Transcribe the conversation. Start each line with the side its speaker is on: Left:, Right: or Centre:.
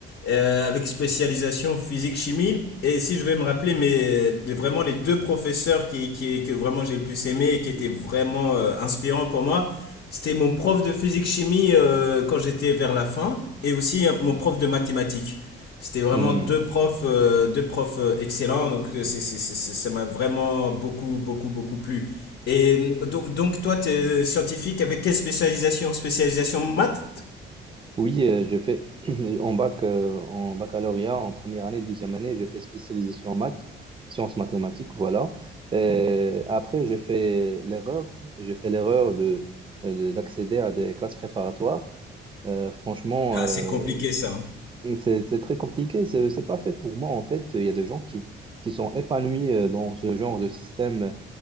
Left: euh, avec spécialisation physique-chimie. Et si je vais me rappeler, mais les, vraiment les deux professeurs qui, qui- que vraiment j'ai le plus aimé et qui étaient vraiment euh, inspirants pour moi, c'était mon prof de physique-chimie euh, quand j'étais vers la fin et aussi euh, mon prof de mathématiques. C'était vraiment
Right: Hmm.
Left: deux profs, euh, deux profs euh, excellents, donc euh, c'est, c'est- c'est- c'est- ça m'a vraiment beaucoup, beaucoup, beaucoup plu. Et euh, donc, donc toi, tu es scientifique avec quelle spécialisation? Spécialisation maths?
Right: Oui, euh, je fais <clears throat> en bac, euh, en baccalauréat, en première année, deuxième année, j'ai fait spécialisation en maths, sciences mathématiques, voilà. Et après, j'ai fait l'erreur, j'ai fait l'erreur de euh, de- d'accéder à des classes préparatoires. Euh, franchement,
Left: Ah,
Right: euh,
Left: c'est compliqué ça. hein.
Right: Et C'est c'est très compliqué, c'est c'est pas fait pour moi en fait. Il y a des gens qui, qui sont épanouis euh, dans ce genre de système.